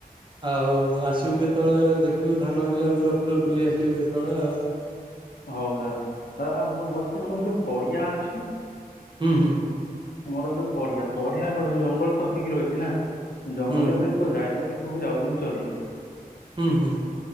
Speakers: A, on the right (about 30°); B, on the left (about 70°).
A: ଆଉ ଆସିବୁ କେତେବେଳେ ଦେଖିବୁ ଧାନ ବିଲ ଫିଲ ପୁରା ବୁଲି ଆସିବୁ କେତେବେଳେ ଆଉ।
B: ହଉ ଦା <inaudible> ମୁଁ କଣ କହୁଥିଲି ଆମର ଯୋ ପଡିଆ ଅଛି।
A: ହୁଁ ହୁଁ।
B: ଆମର ଯୋଉ ପଡିଆ ପଡିଆ ଜଙ୍ଗଲ ତ ହେଇକି ରହିଛି ନା ଜଙ୍ଗଲରେ
A: ହୁଁ
B: ତ ଜାଇାଗୋରୁ ସବୁ ଯାଉଛନ୍ତି ଚରିବାକୁ।
A: ହୁଁ ହୁଁ।